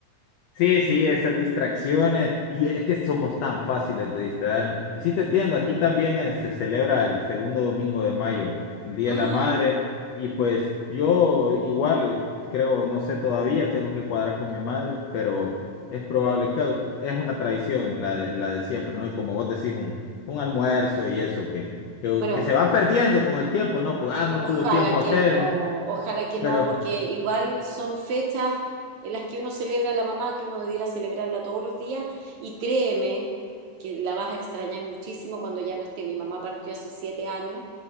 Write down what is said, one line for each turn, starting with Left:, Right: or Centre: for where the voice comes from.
Left: Sí, sí, esas distracciones. Y es que somos tan fáciles de distraernos. Y sí te entiendo, aquí también eh, se celebra el segundo domingo de mayo, el Día
Right: Ah,
Left: de la Madre. Y pues yo igual, eh, creo, no sé todavía, tengo que cuadrar con mi madre, pero es probable que es una tradición la de, la de siempre, ¿no? Y como vos decís, un, un almuerzo y eso que, que,
Right: bueno,
Left: que se va perdiendo con el tiempo, ¿no? Pues, ah, no
Right: ojalá
Left: tuvo tiempo aquel,
Right: que no, ojalá que no,
Left: pero
Right: porque igual son fechas en las que uno celebra a la mamá, que uno debiera celebrarla todos los días, y créeme que la vas a extrañar muchísimo cuando ya no esté. Mi mamá partió hace siete años,